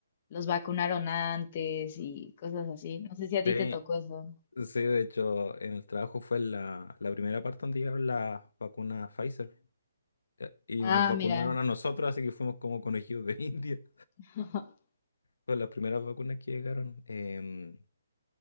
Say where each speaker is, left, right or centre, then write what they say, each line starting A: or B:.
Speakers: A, on the left (about 25°); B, on the left (about 80°).
A: los vacunaron antes y cosas así. No sé si a ti
B: Sí,
A: te tocó eso.
B: sí, de hecho, en el trabajo fue la, la primera parte donde llegaron las vacunas Pfizer. eh, Y
A: Ah,
B: nos vacunaron
A: mira.
B: a nosotros, así que fuimos como conejillos de <laughs> India.
A: <laughs>
B: Fueron las primeras vacunas que llegaron. em,